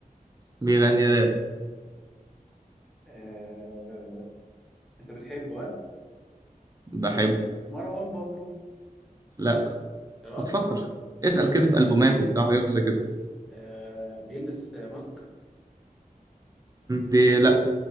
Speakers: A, on the right (about 25°); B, in the centre.
A: بيغني راب
B: آه... انت بتحبه ها
A: بحبه
B: مروان بابلو
A: لا
B: يا راجل
A: ما تفكر اسأل كده في ألبوماته بتاع حاجات زي كده
B: آه بيلبس ماسك
A: دي لا